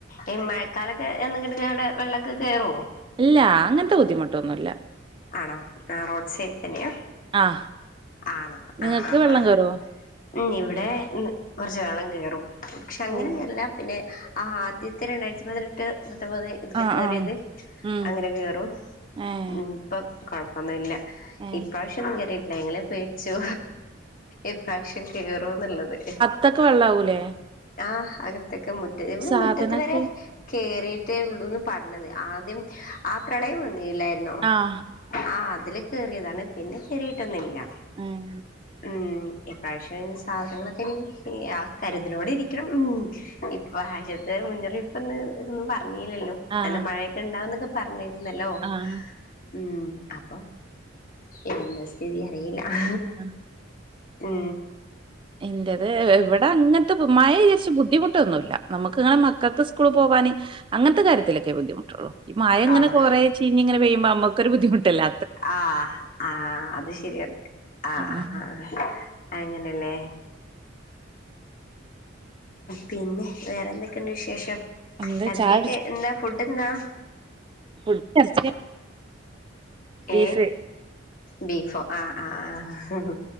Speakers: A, on the left; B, on the right.
A: ഈ മഴക്കാലൊക്കെ എന്ന് ഇങ്ങെട്ട് കാണ്ട് വെള്ളൊക്കെ കേറോ?
B: ഇല്ലാ അങ്ങെൻത്തെ ബുദ്ധിമുട്ട് ഒന്നും ഇല്ലാ.
A: ആണോ? ആഹ് റോഡ് സൈഡി തെന്നെയാ
B: ആഹ്
A: ആണോ
B: നിങ്ങക്ക്
A: ആഹ് ആഹ്
B: വെള്ളം
A: ആഹ്
B: കേറോ
A: ഉം ഇവിടെ ഇന്ന് കൊർച്ച് വെള്ളം കേറും പക്ഷെ അങ്ങനെ
B: ഓഹ്
A: കേർല്ലാ പിന്നെ ആഹ് ആദ്യത്തെ രണ്ടായിരെത്തി പതിനെട്ട് പത്തൊമ്പെത് ഇതിൽ
B: ആഹ്
A: കേറിയെത്
B: ആഹ് ഉം
A: അങ്ങനെ കേറും
B: ഏഹ്
A: ഉം ഇപ്പം കൊഴപ്പൊന്നും ഇല്ലാ
B: ഏഹ്
A: ഇപ്രാവ്ശ്യം ഒന്നും കേറിട്ട് ഇല്ലാ ഞങ്ങെൾ പേട്ച്ചു ഇപ്രാവ്ശ്യം കേറോന്ന് ഇള്ളെത്
B: ത്തൊക്കെ വെള്ളം ആവൂലെ
A: ആഹ് അകത്തൊക്കെ മുറ്റം ഇവെടെ
B: സാധനൊക്കെ
A: മുറ്റെത്ത് വെരെ കേറിയിട്ടെ ഒള്ളുന്ന് പർണെത് ആദ്യം ആ പ്രളയം വന്നില്ലായിര്ന്നോ
B: ആഹ്
A: ആഹ് അതിൽ കേറിതാണ് പിന്നെ കേറീട്ട് ഒന്നും ഇല്ലാ
B: ഏഹ്
A: ഉം ഇപ്രാവശ്യം സാധനങ്ങളൊക്കെ ആ കരുതലോടെ ഇരിക്കണം ഉ ഇപ്രാവശ്യത്തെ മുന്നറിയിപ്പ് ഒന്ന് ഒന്നും പറഞ്ഞില്ലല്ലോ
B: ആഹ്
A: നല്ല മഴയൊക്കെ ഇണ്ടാവുന്നൊക്കെ പറഞ്ഞിരുന്നല്ലോ
B: ആഹ്
A: ഉ അപ്പം എന്താ സ്ഥിതി അറിയില്ല ആ
B: ആഹ്
A: ഉം
B: എന്റത് ഇവിടെ അങ്ങനത്തെ മഴ വിചാരിച്ച് ബുദ്ധിമുട്ടൊന്നുല്ല നമുക്ക് ഇങ്ങനെ മക്കൾക്ക് സ്കൂള് പോവാന് അങ്ങനത്തെ കാര്യത്തിലൊക്കെ ബുദ്ധിമുട്ടുള്ളൂ ഈ മഴ ഇങ്ങനെ
A: ആണോ
B: കുറേ ചീഞ്ഞങ്ങെനെപെയ്യുമ്പോമ്മക്കൊരു ബുദ്ധിമുട്ടല്ലെ
A: ആ ആ അത് ശരിയ ആഹ്‌
B: ആഹ്
A: ആ് ആ് അങ്ങനെയല്ലേ പിന്നെ വേറെന്തൊക്കെയുണ്ട് വിശേഷം
B: എന്താ
A: രാവിലെകെക്
B: ചായ
A: എന്താ ഫുഡ് എന്താ
B: കുടിച്ചോ ബീഫ്
A: ഏ ബീഫോ ആഹ ആഹ് ആ